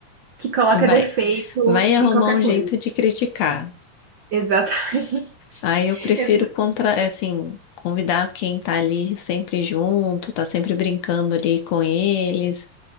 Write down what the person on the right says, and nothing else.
que coloca
defeito
em qualquer
coisa.
Exatamente.
<laughs>